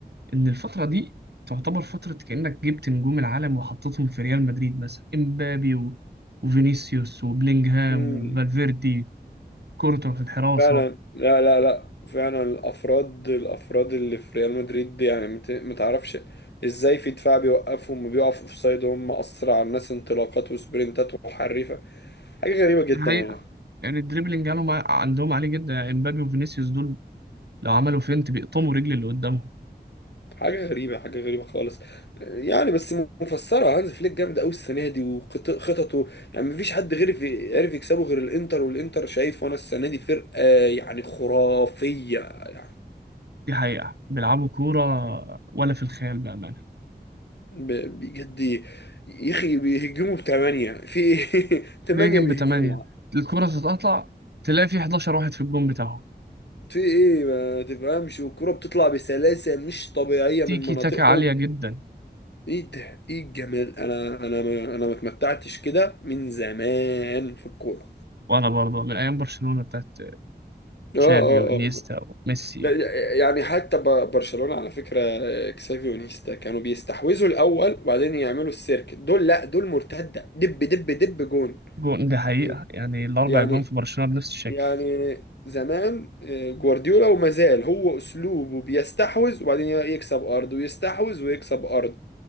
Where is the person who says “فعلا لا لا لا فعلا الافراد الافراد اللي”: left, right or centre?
Left